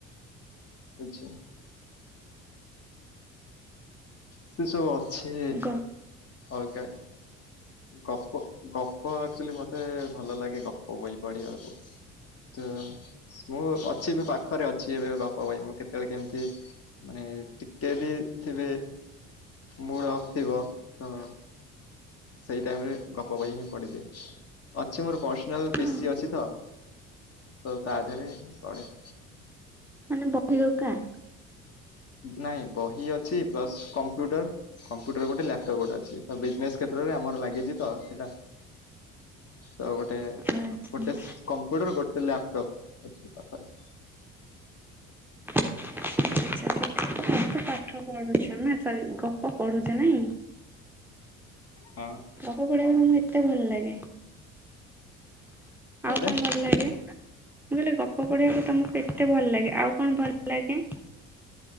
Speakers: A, on the left (about 40°); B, in the centre.
A: ଆଛା। ସେ ସବୁ ଅ ଛି
B: ଗ
A: ଅଲଗା ଗପ ଗପ ଆକଚ୍ୟୁଆଲି ମତେ ଭଲ ଲାଗେ ଗପ ବହି ପଢିବାକୁ ତ ମୁଁ ଅଛି ବି ପାଖରେ ଅଛି ଏବେ ଗପ ବହି ମୁଁ କେତେବେଳେ କେମିତି ମାନେ ଟିକେ ବି ଥିବେ ମୁଡ ଅଫ ଥିବ ତ ସେଇ ଟାଇମ ରେ ଗପ ବହୁ ହିଁ ପଢିଦିଏ। ଅଛି ମୋର ପର୍ସନାଲ
B: ହଁ
A: ପିିସି ଅଛି ତ ତ ତାଧିରେ ପଢେ।
B: ମାନେ ବହିି ଦୋକାନ
A: ନାଇଁ ବହି ଅଛି ପ୍ଲସ କମ୍ପ୍ୟୁଟର କମ୍ପ୍ୟୁଟର ଗୋଟେ ଲାପଟପ ଗୋଟେ ଅଛି ତ ବିଜନେସ କ୍ଷେତ୍ରରେ ଆମର ଲାଗିଛି ତ ସେଇଟା ତ ଗୋଟେ
B: ଆଚ୍ଛା
A: ଗୋଟେ କମ୍ପ୍ୟୁଟର ଗୋଟେ ଲାପଟପ୍ <unintelligible>
B: ଆଛା ସେଇଥି ତ ଏତ ପାଠ ପଢୁଛ ନା ସ ଗପ ପଢୁଛେ ନାଇଁ
A: ହଁ
B: ଗପ ପଢିବାକୁ ତମକୁ ଏତେ ଭଲ ଲାଗେ
A: କୋଉଟା
B: ଆଉ କଣ ଭଲ ଲାଗେ? ମୁ କହିଲି ଗପ ପଢିବାକୁ ତମକୁ ଏତେ ଭଲ ଲାଗେ ଆଉ କଣ ଭଲ ଲାଗେ?